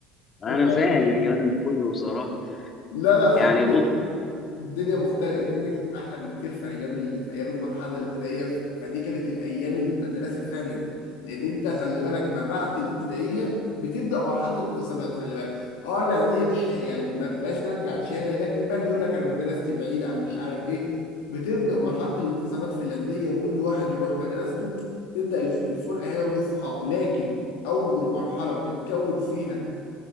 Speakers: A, on the left; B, on the left.
A: انا
B: تمام
A: فاهم الكلام ده كله صراحه
B: لا لا
A: يعني
B: في الدنيا
A: بص
B: الدنيا مختلفة الدنيا كانت أحلى بكتير في أيام ال... في أيام المرحلة الابتدائية فدي كانت الأيام المدرسة فعلا لأن أنت خلي بالك ما بعد الابتدائية بتبدأ مرحلة القسمات خلي بالك أه الإعدادية مش يعني ما بتبقاش ناتجة عن شهادة لكن بقى اللي يقول لك أنا مدرستي بعيدة عن مش عارف إيه بتبدأ مرحلة الانقسامات في الإعدادية وكل واحد يروح مدرسته تبدأ الف... الفرقة هنا من الصحاب لكن أول مرحلة بتكون فيها